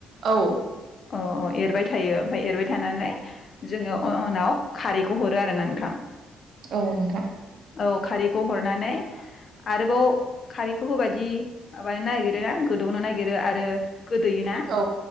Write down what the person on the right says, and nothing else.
औ
औ नोंथां।
औ